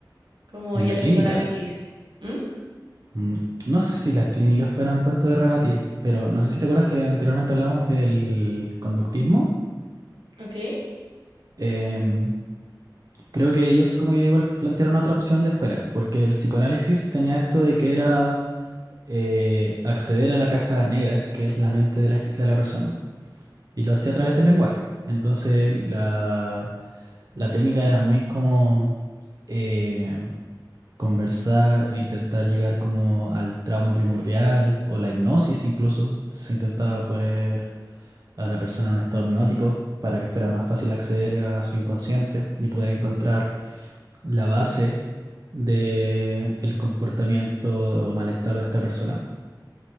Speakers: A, on the right; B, on the right.
A: como
B: en
A: y
B: la
A: al psicoanálisis?
B: clínica.
A: ¿Mm?
B: Mm, No sé si las clínicas fueran tanto de rebatir, pero no sé si te acuerdas que anteriormente hablamos del conductismo.
A: ¿Ok?
B: Em, creo que ellos como que igual plantearon otra opción de escuela, porque el psicoanálisis tenía esto de que era eh, acceder a la caja negra, que es la mente de la, g- de la persona, y lo hacía a través del lenguaje. Entonces la, la técnica era muy como... em, conversar e intentar llegar como al trauma primordial o la hipnosis incluso. Se intentaba poner a la persona en un estado hipnótico para que fuera más fácil acceder a su inconsciente y poder encontrar la base del comportamiento o malestar de esta persona.